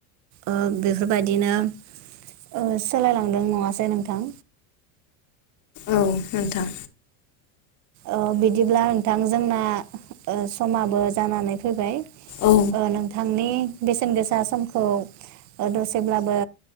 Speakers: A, on the right (about 45°); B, on the left (about 45°).
A: ओ बेफोरबायदिनो ओ सोलायलांदों नङासै नोंथां
B: औ नोंथां
A: अ बिदिब्ला नोंथां जोंना ओ समाबो जानानै फैबाय
B: औ
A: ओ नोंथांनि बेसेन गोसा समखौ ओ दसेब्लाबो